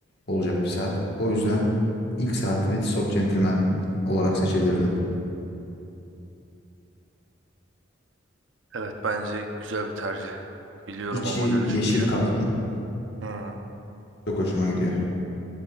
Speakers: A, on the left; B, on the right.
A: olacak bir saat. O yüzden ilk saatimi Tissot Gentleman olarak seçebilirdim.
B: Evet bence güzel bir tercih. Biliyorum
A: İçi
B: o modeli
A: yeşil
B: çünkü.
A: kadran
B: Hmm.
A: çok hoşuma gidiyor.